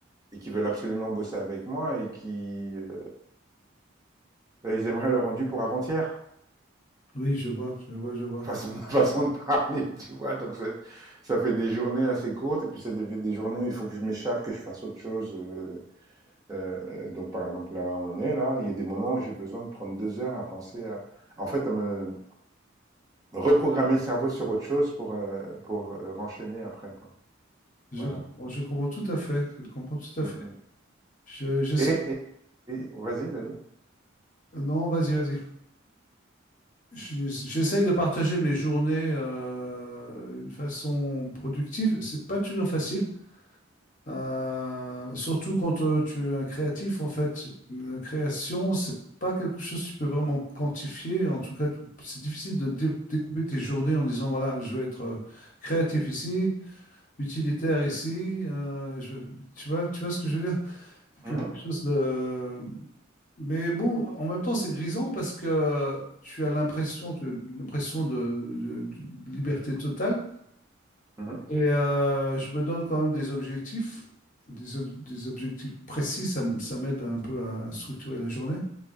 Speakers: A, on the right; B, on the left.
A: et qui veulent absolument bosser avec moi et qui euh, euh, ils aimeraient le rendu pour avant-hier.
B: Oui, je vois, je vois, je vois.
A: façon, <laughs> façon de parler, tu vois. Donc, ça, ça fait des journées assez courtes, et puis ça fait des journées où il faut que je m'échappe, que je fasse autre chose. euh, euh, donc, par exemple, là, on est là, il y a des moments où j'ai besoin de prendre deux heures à penser à, en fait, à me, me reprogrammer le cerveau sur autre chose pour, euh, pour euh, renchaîner après, quoi.
B: Je
A: Voilà.
B: comprends, je comprends tout à fait. Je comprends tout à
A: Mm,
B: fait.
A: mm.
B: Je, j'essaie-
A: Et, et, et- vas-y, vas-y.
B: Non, vas-y, vas-y. Je- J'essaye de partager mes journées euh, d'une façon productive. C'est pas toujours facile, euh, surtout quand euh, tu es un créatif. En fait, la création, c'est pas quelque chose que tu peux vraiment quantifier. En tout cas, tu- c'est difficile de dé- découper tes journées en disant, voilà, je vais être euh, créatif ici, utilitaire ici. euh, je- Tu vois, tu vois ce que je veux dire?
A: Mhm,
B: Quelque chose de Mais bon, en même temps, c'est grisant parce que tu as l'impression, tu as l'impression de, de- de liberté totale.
A: mhm,
B: Et euh, je me donne quand même des objectifs, des, ob- des objectifs précis. Ça, m- ça m'aide un peu à structurer la journée.